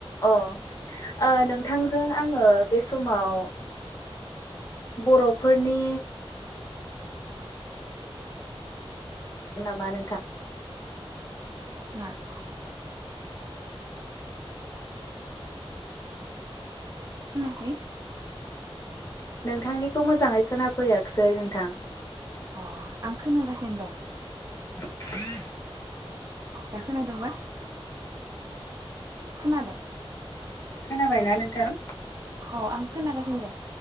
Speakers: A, on the left; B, on the right.
A: अ ओ नोंथांजों आङो बे समाव बरफोरनि नामा नोंथां?
B: मा? <inaudible> खोनायाखै?
A: नोंथांनिखौ मोजाङै खोनाफैयाखसै नोंथां।
B: अ आं खोनागासिनो दं।
A: <inaudible>
B: दा खोनादोंंबा? खोनादं?
A: खोनाबायना नोंथां?
B: अ आं खोनागासिनो दं।